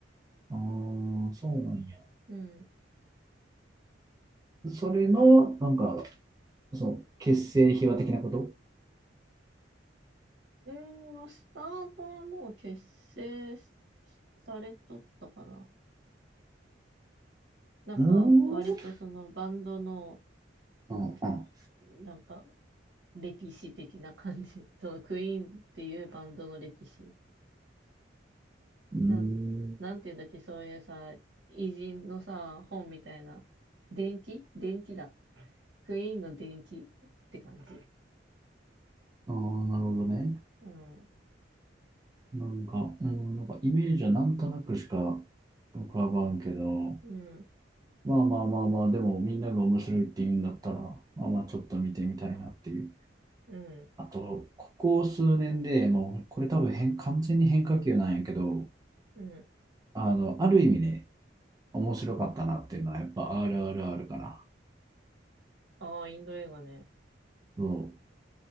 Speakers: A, on the right; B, on the right.
A: あ、そうなんや。
B: うん。
A: それの、なんか、その、結成秘話的なこと
B: うーん、スタートはもう結成しされとったかな。なんか、
A: うーん。
B: 割とそのバンドの、
A: うん、うん。
B: なんか、歴史的な感じ。<laughs> そのクイーンっていうバンドの歴史。
A: うーん。
B: なん、なんていうんだっけ、そういうさ、偉人のさ、本みたいな。伝記伝記だ。クイーンの伝記って感じ。
A: ああ、なるほどね。
B: うん、
A: なんか、うん、なんかイメージはなんとなくしか浮かばんけど、
B: うん、
A: まあまあまあまあ、でもみんなが面白いって言うんだったら、まあまあちょっと見てみたいなっていう。
B: うん、
A: あと、ここ数年でもう、これ多分変、完全に変化球なんやけど、
B: うん。
A: あの、ある意味ね、面白かったなっていうのは、やっぱ RRR かな。
B: ああ、インド映画ね。
A: そう。